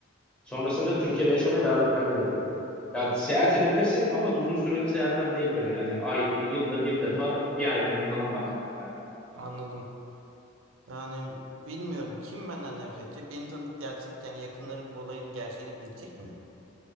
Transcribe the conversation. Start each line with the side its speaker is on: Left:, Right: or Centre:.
Centre: Sonrasında Türkiye'de yaşamaya devam etmen gerekiyor. Ya seyahat edebilirsin ama uzun süreli seyahatler değil böyle yani. Ay, yılda bir defa bir aylığına falan maksimum yani.
Right: Anladım. Yani bilmiyorum kim benden nefret edecek. Beni tanıdık gerçek yani yakınlarım bu olayın gerçeğini bilecek mi?